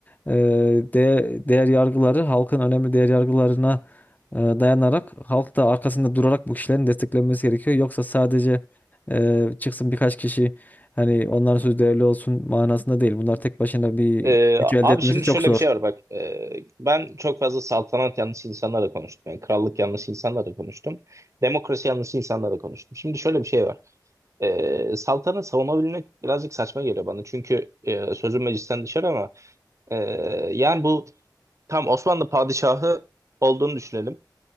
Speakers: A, on the left; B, on the right.
A: e, de, değer yargıları halkın önemli değer yargılarına e, dayanarak halk da arkasında durarak bu kişilerin desteklenmesi gerekiyor. Yoksa sadece e, çıksın birkaç kişi hani onların sözü değerli olsun manasında değil. Bunlar tek başına bir
B: Ee,
A: güç elde
B: abi
A: etmesi
B: şimdi
A: çok
B: şöyle
A: zor.
B: bir şey var bak Ee, ben çok fazla saltanat yanlısı insanlarla konuştum yani krallık yanlısı insanlarla konuştum demokrasi yanlısı insanlarla konuştum şimdi şöyle bir şey var Ee, saltanat savunabilmek birazcık saçma geliyor bana çünkü e, sözüm meclisten dışarı ama e, yani bu tam Osmanlı padişahı olduğunu düşünelim